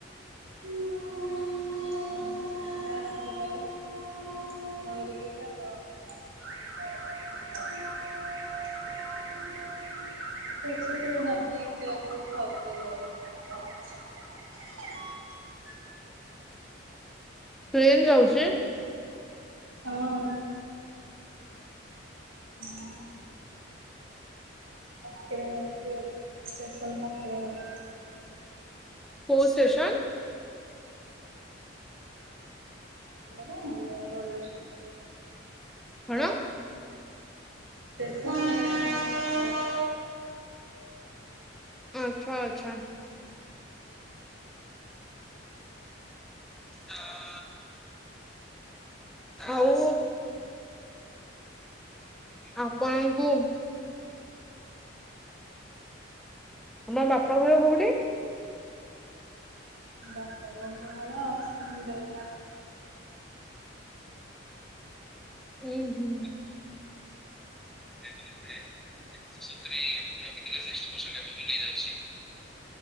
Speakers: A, on the right; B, in the centre.
A: <inaudible> ଭଉଡିିକିଟା ବ ଭଲ <inaudible> <inaudible> ଆସ ସବ ଯାଇ <inaudible> <inaudible>
B: ପ୍ଲେନ ଯାଉଛି?
A: ହଁ। ହ ପାଖେରେ ଘର ଟ୍ରେନ୍ ଷ୍ଟେସନ୍ ପାଖେରେ ଘର।
B: କୋଉ ଷ୍ଟେସନ?
A: ଆବର ଆମଷ। <inaudible>
B: କ?
A: ଟେ <unintelligible>
B: ଆଚ୍ଛା ଆଚ୍ଛା ହଁ। ଆଉ ଆପଣଙ୍କୁ ତମ ବାପ ଘର କୋଉଠି?
A: ବାପା ବୋଉ ଙ୍କ ଘର ଅଶ୍ଵିନୀ ଦେବତା।
B: ଉଁ ହୁଁ। <unintelligible>